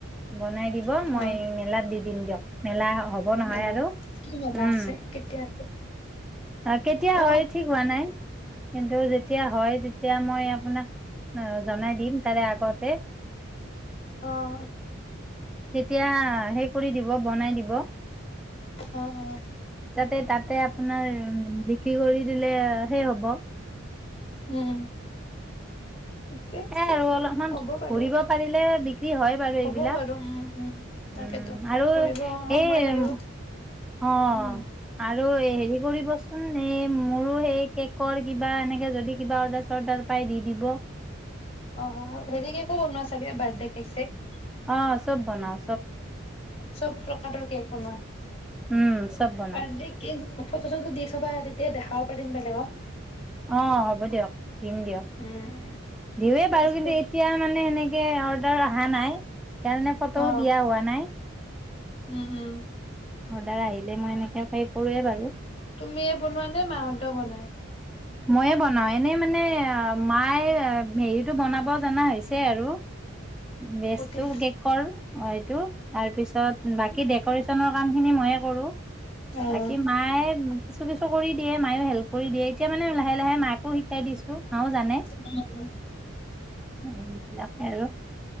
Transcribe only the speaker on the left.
অ
মেলা
কি মেলা
আছে কেতিয়া আছে?
অহ
অ',
অ', অ',
উম। ঠিকে আছে।
হ'ব বাৰু।
হ'ব বাৰু উম, উম, তাকেতো
ফুৰিব সময়
লাগিব,
উম।
অ হেৰি কেকো বনোৱা চাগে বাৰ্থডে কেক চেক?
চব প্ৰ প্ৰকাৰৰ কেক বনোৱা?
বাৰ্থদে কেক ফটো চটো দি থবা তেতিয়া দেখাব পাৰিম বেলেগক।
উম, ঠিকে
আছে।
অ',
উম, উম।
তুমিয়ে বনোৱা নে মাহঁতেও বনাই?
অ',
অ'।
উম, উম।